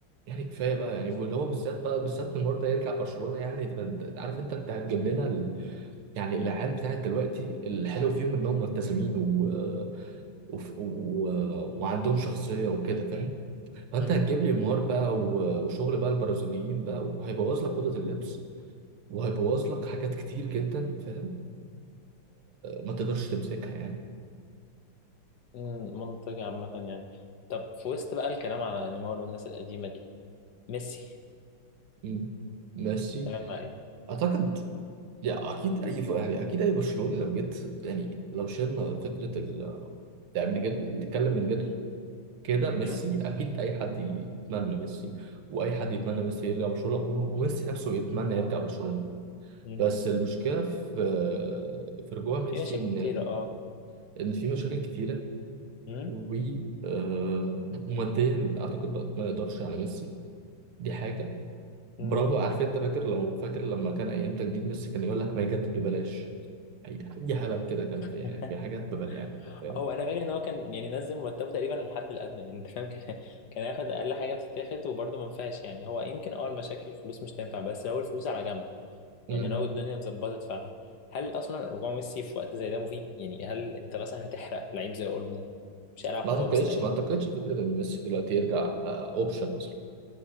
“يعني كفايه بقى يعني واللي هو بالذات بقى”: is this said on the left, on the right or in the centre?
Right